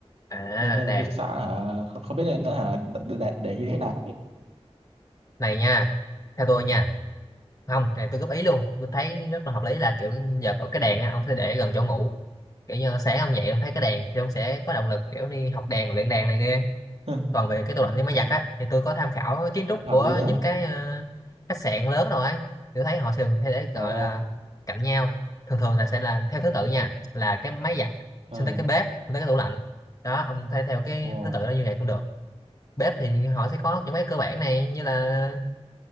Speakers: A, on the left (about 30°); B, on the right (about 65°).
A: à
B: nên nên
A: đèn
B: là tôi sợ hả không, không biết nên nữa hả để, để, để như thế nào ấy.
A: này nha theo tôi nha không này tôi góp ý luôn tôi thấy rất là hợp lý là kiểu giờ ở cái đèn á, ông sẽ để gần chỗ ngủ kiểu như sáng ông dậy ông thấy cái đèn thì ông sẽ có động lực kiểu đi học đèn luyện đèn này kia
B: <laughs>
A: còn về cái
B: Ừ.
A: tủ lạnh với máy
B: Ừ,
A: giặt á thì tôi có tham khảo kiến
B: cũng
A: trúc
B: hợp
A: của
B: lý à
A: những cái ờ, khách sạn lớn rồi ấy tôi thấy họ thường hay để gọi
B: ồ
A: là cạnh nhau thường thường là sẽ là theo thứ tự nha là cái máy giặt
B: ờ
A: xong tới cái bếp xong tới cái tủ lạnh đó ông thay theo cái
B: ồ
A: thứ tự đó như vậy cũng được bếp thì họ sẽ có những cái cơ bản này như là